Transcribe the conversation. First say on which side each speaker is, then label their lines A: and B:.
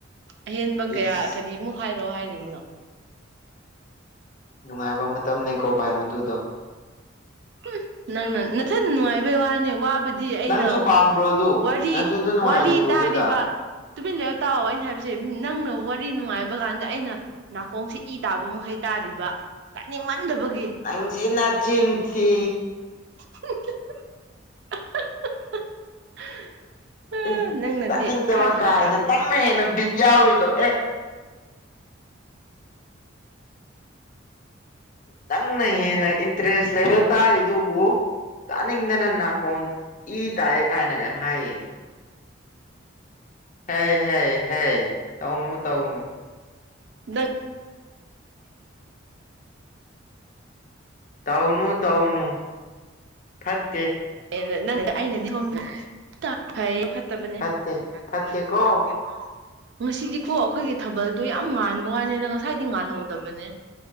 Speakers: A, on the right; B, on the left.
A: ꯑꯍꯦꯟꯕ ꯀꯌꯥ
B: ꯏꯁ
A: ꯀꯔꯤꯃꯨꯛ ꯍꯥꯏꯔꯛꯑꯣ ꯍꯥꯏꯔꯤꯕꯅꯣ꯫
B: ꯅꯨꯡꯉꯥꯏꯕ ꯃꯇꯝꯅꯦꯀꯣ ꯚꯥꯏ ꯃꯗꯨꯗꯣ꯫
A: ꯎꯝ ꯅꯪꯅ ꯅꯊꯟ ꯅꯨꯡꯉꯥꯏꯕꯩ ꯋꯥꯅꯦ ꯋꯥꯕꯗꯤ ꯗꯤ ꯑꯩꯅ
B: ꯅꯪꯁꯨ ꯄꯥꯝꯕ꯭ꯔꯣ ꯑꯗꯨ
A: ꯋꯥꯔꯤ
B: ꯅꯪꯁꯨ ꯑꯗꯨ ꯅꯨꯡꯉꯥꯏꯅꯤꯡꯕ꯭ꯔꯣ
A: ꯋꯥꯔꯤ ꯇꯥꯔꯤꯕ
B: ꯑꯗꯨꯗ
A: ꯇꯨꯃꯤꯟ ꯂꯩꯌꯣ ꯇꯥꯎ ꯑꯩꯅ ꯍꯥꯏꯕꯁꯦ ꯅꯪꯅ ꯋꯥꯔꯤ ꯅꯨꯡꯉꯥꯏꯕꯀꯥꯟꯗ ꯑꯩꯅ ꯅꯥꯀꯣꯡꯁꯤ ꯏ ꯇꯥꯕ ꯃꯈꯩ ꯇꯥꯔꯤꯕ ꯇꯥꯅꯤꯡꯃꯟꯗꯕꯒꯤ
B: ꯅꯪꯖꯤ ꯅꯆꯤꯟ ꯊꯤ
A: <unintelligible> ꯑꯥ
B: ꯏꯁ
A: ꯅꯪꯅꯗꯤ
B: ꯇꯥꯅꯤꯡꯗꯕ
A: ꯈꯜꯂꯤꯕ
B: ꯀꯥꯏꯅ ꯅꯪꯅ ꯍꯦꯟꯅ ꯕꯤꯠ ꯌꯥꯎꯔꯤꯗꯣ ꯑꯦ ꯅꯪꯅ ꯍꯦꯟꯅ ꯏꯟꯇ꯭ꯔꯦꯁ ꯂꯩꯔꯒ ꯇꯥꯔꯤꯗꯨꯕꯨ ꯇꯥꯅꯤꯡꯗꯅ ꯅꯥꯀꯣꯟ ꯏ ꯇꯥꯏ ꯀꯥꯏꯅꯒ ꯍꯥꯏꯌꯦ ꯍꯦ ꯍꯦ ꯍꯦ ꯇꯧꯅꯨ ꯇꯧꯅꯨ
A: ꯅꯪ
B: ꯇꯧꯅꯨ ꯇꯧꯅꯨ ꯐꯠꯇꯦ
A: <unintelligible> ꯅꯪ ꯑꯩꯅꯗꯤ ꯁꯣꯝꯗ ꯐꯩ ꯐꯠꯇꯕꯅꯦ
B: ꯐꯠꯇꯦ
A: ꯐꯠꯇꯦ
B: ꯐꯠꯇꯦꯀꯣ
A: ꯐꯠꯇꯦ ꯑꯣ ꯉꯁꯤꯗꯤꯀꯣ ꯑꯩꯈꯣꯏꯒꯤ ꯊꯥꯕꯜꯗꯣ ꯌꯥꯝ ꯉꯥꯟꯕ ꯋꯥꯅꯤꯗ ꯉꯁꯥꯏꯗꯤ ꯉꯥꯜꯍꯧꯗꯕꯅꯦ